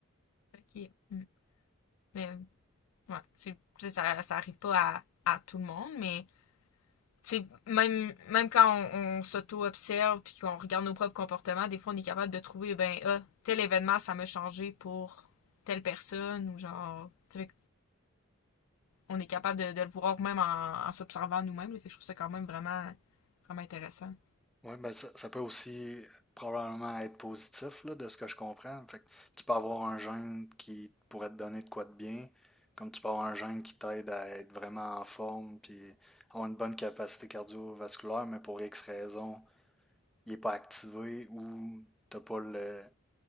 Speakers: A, on the left; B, in the centre.
A: Ok. Mm. Mais ouais, c'est, c'est- ça, ça arrive pas à, à tout le monde, mais tu sais, même, même quand on, on s'auto-observe puis qu'on regarde nos propres comportements, des fois on est capable de trouver, ben, ah, tel événement, ça m'a changé pour telle personne ou genre, tu sais, on est capable de, de le voir même en, en s'observant nous-mêmes. là. Fait que je trouve ça quand même vraiment, vraiment intéressant.
B: Oui, ben ça, ça peut aussi probablement être positif là, de ce que je comprends. Fait que tu peux avoir un gène qui pourrait te donner de quoi de bien, comme tu peux avoir un gène qui t'aide à être vraiment en forme, puis avoir une bonne capacité cardiovasculaire, mais pour X raisons, il n'est pas activé ou tu n'as pas le-